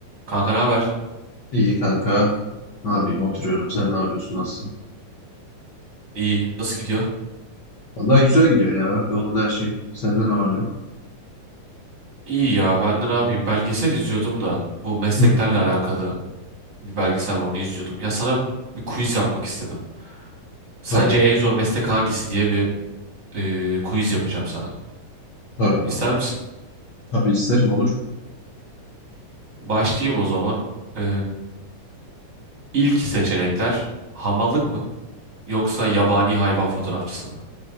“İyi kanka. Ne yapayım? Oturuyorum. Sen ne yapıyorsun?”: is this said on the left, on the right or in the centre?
Left